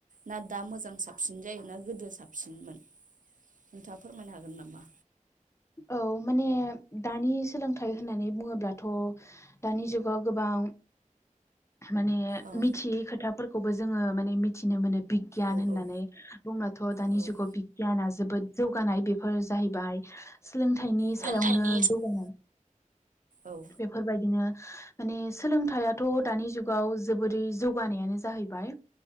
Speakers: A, on the right; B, on the left.
A: ना दा मोजां साबसिन जायो ना गोदो साबसिनमोन नोंथाङा फोरमायनो हागोन नामा?
B: औ माने दानि सोलोंथाइ होननानै बुङोब्लाथ' दानि जुगाव गोबां माने
A: औ
B: मिथियै खोथा फोरखौबो जोङो माने मिथिनो मोनो। बिगियान
A: औ
B: होननानै
A: औ
B: बुंब्लाथ' दानि
A: औ
B: जुगाव बिगियाना जोबोद जौ जौगानाय बेफोर जाहैबाय सोलोंथाइनि
A: औ
B: सायावनो जौगानाय
A: औ
B: बेफोरबायदिनो माने सोलोंथाइयाथ' दानि जुगाव जोबोरै जौगानायानो जाहैबाय।